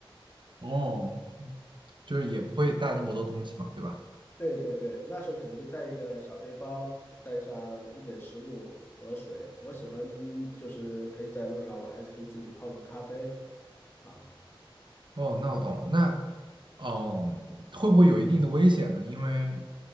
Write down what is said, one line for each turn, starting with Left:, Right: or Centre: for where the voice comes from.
Right: 哦，就是也不会带这么多东西嘛，对吧？
Left: 对对对，那时候可能就带一个小背包，带上一点食物和水。我喜欢就是可以在路上，我还可以自己泡个咖啡啊。
Right: 哦，那我懂了。那，嗯，会不会有一定的危险呢？因为